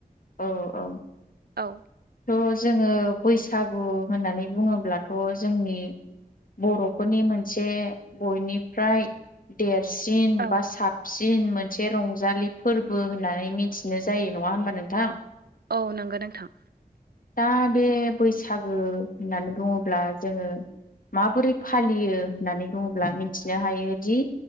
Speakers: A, on the left; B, on the right.
A: औ औ
B: औ
A: थ' जोङो बैसागु होननानै बुङोब्लाथ' जोंनि बर'फोरनि मोनसे बयनिफ्राय देरसिन
B: औ
A: बा साब सिन मोनसे रंजालि फोरबो होननानै मिथिनो जायो नङा होनबा नोंथां
B: औ नंगो नोंथां
A: दा बे बैसागो होननानै बुङोब्ला जोङो माबोरै फालियो होननानै बुङोब्ला मिथिनो हायोदि